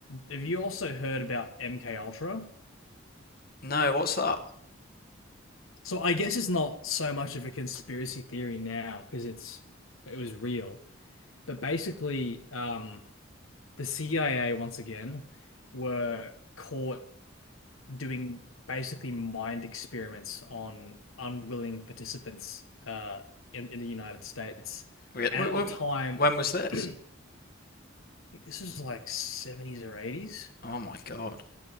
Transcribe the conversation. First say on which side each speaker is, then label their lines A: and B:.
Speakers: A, on the left; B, on the left.
A: have you also heard about MK Ultra?
B: No, what's that?
A: So I guess it's not so much of a conspiracy theory now because it's it was real. But basically, um, the CIA once again were caught doing basically mind experiments on unwilling participants uh, in in the United States.
B: Re-
A: And
B: wh-
A: at
B: When
A: the time,
B: when was
A: <clears throat>
B: this?
A: I think this was like 70s or 80s.
B: Oh my God.